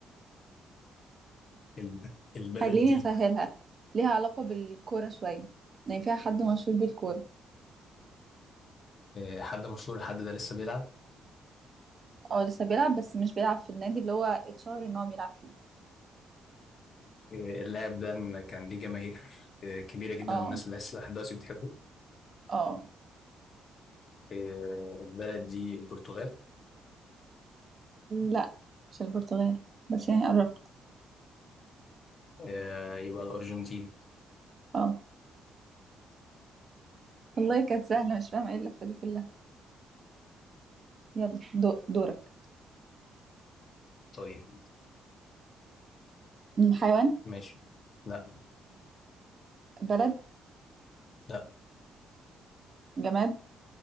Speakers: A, on the left (about 50°); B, on the right (about 40°).
A: ال- البلد
B: خليني
A: دي
B: أسهلها ليها علاقة بالكورة شوية يعني فيها حد مشهور بالكورة
A: آه، حد مشهور الحد ده لسه بيلعب
B: اه لسه بيلعب بس مش بيلعب في النادي اللي هو اتشهر ان هو بيلعب فيه
A: آه، اللاعب ده كان ليه جماهير آه، كبيرة جدا
B: اه
A: والناس لسه لحد دلوقتي بتحبه
B: اه
A: آه، البلد دي البرتغال
B: لا مش البرتغال بس يعني قربت
A: آه، يبقى الأرجنتين
B: اه والله كانت سهلة مش فاهمة ايه اللفة دي كلها يلا دو دورك
A: طيب
B: م، حيوان
A: ماشي لا
B: بلد
A: لا
B: جماد